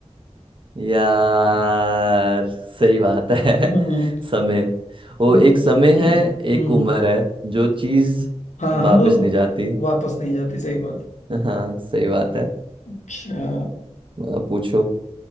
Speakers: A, on the right (about 45°); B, on the left (about 80°).
A: यार सही बात है
B: <laughs> हम्म
A: <laughs> समय वो
B: हम्म
A: एक समय है
B: हम्म
A: एक उम्र है जो चीज
B: हाँ हाँ
A: वापिस
B: वो
A: नहीं जाती
B: वापस नहीं जाती सही बात
A: हाँ सही बात है
B: अच्छा
A: अब पूछो